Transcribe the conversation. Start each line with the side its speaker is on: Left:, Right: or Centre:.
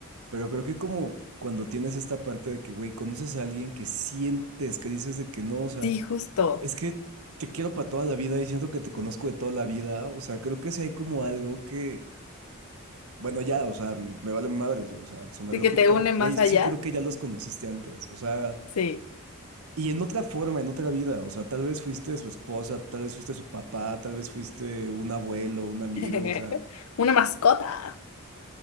Right: pero creo que como cuando tienes esta parte de que, güey, conoces a alguien que sientes, que dices de que no, o sea,
Left: Sí, justo.
Right: es que te quiero para toda la vida y siento que te conozco de toda la vida. O sea, creo que si hay como algo que, bueno, ya, o sea, me vale madres, o sea, sonar
Left: Sí,
Right: loquito.
Left: que te une más
Right: Güey,
Left: allá.
Right: sí creo que ya los conociste antes. O sea,
Left: Sí.
Right: y en otra forma, en otra vida. O sea, tal vez fuiste su esposa, tal vez fuiste su papá, tal vez fuiste un abuelo, un amigo.
Left: <laughs>
Right: O sea,
Left: Una mascota.